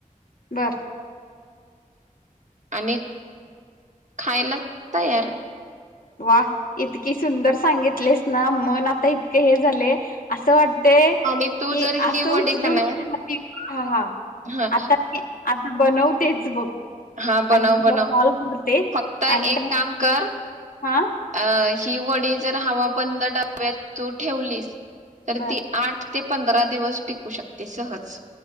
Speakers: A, on the left (about 85°); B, on the right (about 60°).
A: बरं.
B: आणि -खायला तयार आहे.
A: वा! इतकी सुंदर सांगितलेस ना मन आता इतकं हे झालेय असं वाटतंय ते की
B: आणि तू जर ही
A: अस
B: वडी
A: उचलून
B: का नाही
A: <unintelligible> आता
B: हां
A: ते <unintelligible> आपण बनवूत - तेच बघ.
B: हा बनव
A: आणि तुला
B: बनव,
A: कॉल करते
B: फक्त एक
A: आणि काय
B: काम कर-
A: हा
B: अ. ही वडी जर हवा बंद डब्यात तू ठेवलीस तर
A: बर
B: ती आठ ते पंधरा दिवस टिकू शकते सहज.